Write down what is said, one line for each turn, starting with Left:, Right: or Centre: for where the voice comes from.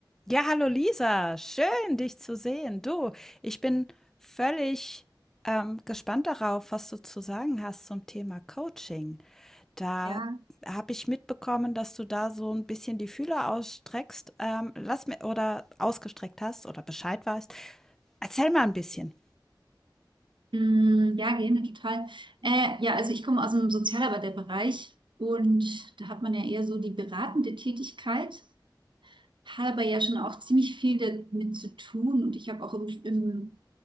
Centre: Ja, hallo Lisa, schön dich zu sehen. Du, ich bin völlig ähm, gespannt darauf, was du zu sagen hast zum Thema Coaching. Da
Right: Ja,
Centre: habe ich mitbekommen, dass du da so ein bisschen die Fühler ausstreckst, ähm, lass mir oder ausgestreckt hast oder Bescheid weißt. Erzähl mal ein bisschen.
Right: mm, ja, gerne, total. Äh, ja, also ich komme aus dem Sozialarbeiterbereich und da hat man ja eher so die beratende Tätigkeit, hat aber ja schon auch ziemlich viel damit zu tun und ich habe auch im, im,